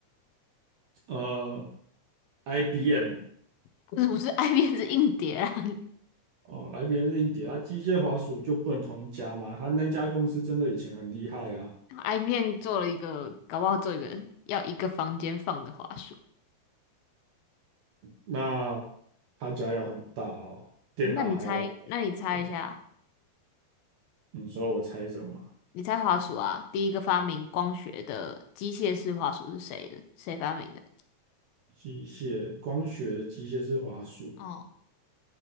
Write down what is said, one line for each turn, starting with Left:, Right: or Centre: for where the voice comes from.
Right: 呃，IBM。
Left: 不是不是爱 <laughs> 面子硬碟啊。
Right: 哦，IBM 是硬碟啊，机械滑鼠就不能同一家吗？他那家公司真的以前很厉害啊，
Left: I 面做了一个，搞不好做一个要一个房间放的滑鼠。
Right: 那他家要很大哦，电脑还要两个房间。
Left: 那你猜，那你猜一下，
Right: 你说我猜什么？
Left: 你猜滑鼠啊？第一个发明光学的机械式滑鼠是谁的？谁发明的？
Right: 机械光学的机械是滑鼠，
Left: 哦，